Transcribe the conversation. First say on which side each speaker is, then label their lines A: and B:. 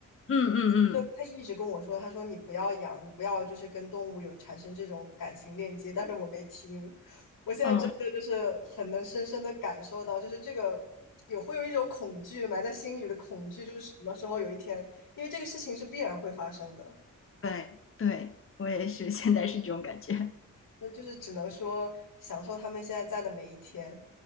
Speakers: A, on the left; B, on the left.
A: 嗯嗯
B: 那她一直跟我说，她说你不要养，你不要就是跟动物有产生这种感情链接，但是我没听，我现在真的就是很能深深的感受到，
A: 嗯嗯，
B: 就是这个有会有一种恐惧埋在心里的恐惧，就是什么时候有一天，因为这个事情是必然会发生的，
A: 对对，我也是，现在是这种感觉。
B: 那就是只能说享受他们现在在的每一天，